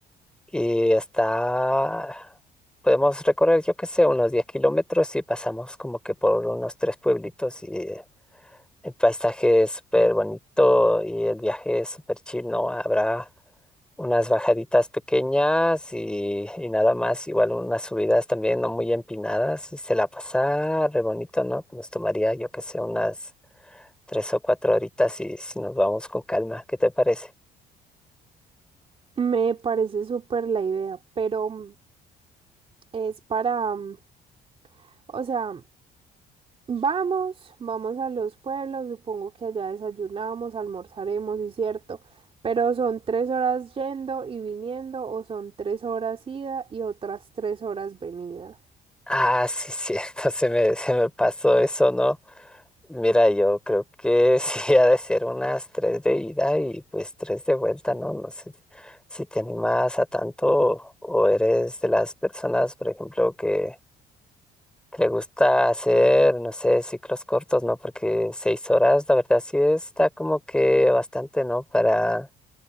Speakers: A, in the centre; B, on the right (about 35°).
A: y hasta podemos recorrer, yo qué sé, unos 10 kilómetros y pasamos como que por unos tres pueblitos y el paisaje es súper bonito y el viaje es súper chill, ¿no? Habrá unas bajaditas pequeñas y, y nada más, igual unas subidas también no muy empinadas y se la pasaba re bonito, ¿no? Nos tomaría, yo que sé, unas tres o cuatro horitas y si nos vamos con calma, ¿qué te parece?
B: Me parece súper la idea, pero mm, es para, mm, o sea, Vamos, vamos a los pueblos, supongo que allá desayunamos, almorzaremos, y cierto, pero son tres horas yendo y viniendo o son tres horas ida y otras tres horas venida.
A: Ah, sí, cierto, <laughs> se me, se me pasó eso, ¿no? Mira, yo creo que <laughs> sí ha de ser unas tres de ida y pues tres de vuelta, ¿no? No sé si te animas a tanto o o eres de las personas, por ejemplo, que que le gusta hacer, no sé, ciclos cortos, ¿no? Porque seis horas, la verdad, sí está como que bastante, ¿no? Para